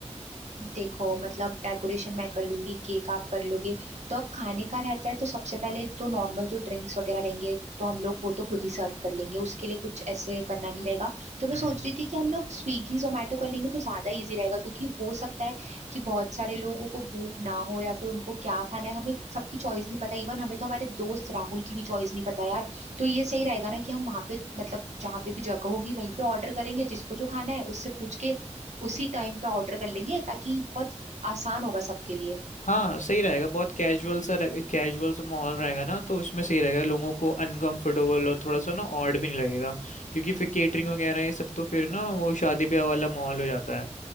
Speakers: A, on the right; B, on the left.
A: देखो मतलब डेकोरेशन मैं कर लूंगी केक आप कर लोगे तो अब खाने का रहता है तो सबसे पहले तो नॉर्मल जो ड्रिंक्स वगैरह रहेंगे तो हम लोग वो तो खुद ही सर्व कर लेंगे उसके लिए कुछ ऐसे करना नहीं रहेगा तो मैं
B: हम्म
A: सोच रही थी कि हम लोग स्विगी जोमेटो कर लेंगे तो ज्यादा इजी रहेगा क्योंकि हो सकता है कि बहुत सारे लोगों को भूख ना हो या फिर उनको क्या खाना है हमें सबकी चॉइस नहीं पता इवन हमें तो हमारे दोस्त राहुल की भी चॉइस नहीं पता यार तो ये सही रहेगा ना कि हम वहाँ पे मतलब जहाँ पे भी जगह होगी वहीं पे ऑर्डर करेंगे जिसको जो खाना है उससे पूछ के उसी टाइम पे ऑर्डर कर लेंगे ताकि बहुत आसान होगा सबके लिए
B: हाँ सही रहेगा बहुत कैजुअल सा कैजुअल सा माहौल रहेगा ना तो उसमें सही रहेगा लोगों को अनकंफर्टेबल और थोड़ा सा ना ऑड भी नहीं लगेगा क्योंकि फिर केटरिंग वगैरह ये सब तो फिर ना वो शादी ब्याह वाला माहौल हो जाता है